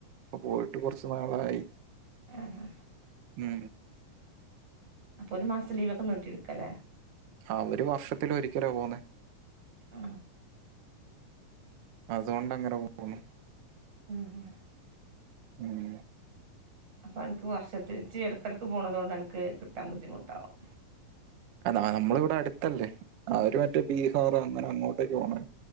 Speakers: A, on the right; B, on the right.
A: അപ്പൊ പോയിട്ട് കുറച്ചു നാളായി
B: ആഹ ആ
A: ഉം
B: അപ്പൊ ഒരു മാസത്തെ ലീവൊക്കെ നിട്ടി എടുക്കല്ലേ
A: ആ ഒരു വർഷത്തി ഒരിക്കലാ പോന്നേ
B: ആ
A: അതുകൊണ്ട് അങ്ങനെ പോണു
B: ഉഹ ഹ
A: ഉം
B: അപ്പൾ അനക്ക് വർഷത്തിൽ ഇച്ച് ഇടക്കിടക്ക് പോകണത് കൊണ്ട് അനക്ക് കിട്ടാൻ ബുദ്ധിമുട്ടാകും
A: അതാ നമ്മള ഇവിടെ അടുത്തല്ലേ അവര് മറ്റേ ബീഹാറോ അങ്ങനെ അങ്ങോട്ടേക്ക പോണെ